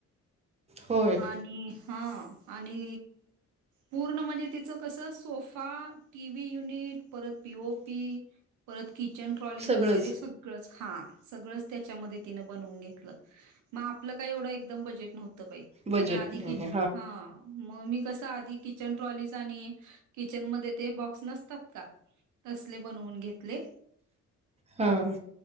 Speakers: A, on the right; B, on the right.
A: होय
B: आणि हां आणि पूर्ण म्हणजे तिचं कसं सोफा टी व्ही युनिट परत पीओपी परत किचन ट्रॉलीज
A: सगळंच
B: वगैरे सगळच त्याच्यामधुन तिने बनवून घेतलं मग आपलं काय एवढ एकदम बजेट नव्हतं बाई
A: बजेट
B: मी आधी
A: नाही
B: कि हां मग मी कसं आधी किचन ट्रॉलीज आणि किचनमध्ये ते बॉक्स नसतात का? तसले बनवून घेतले.
A: हां.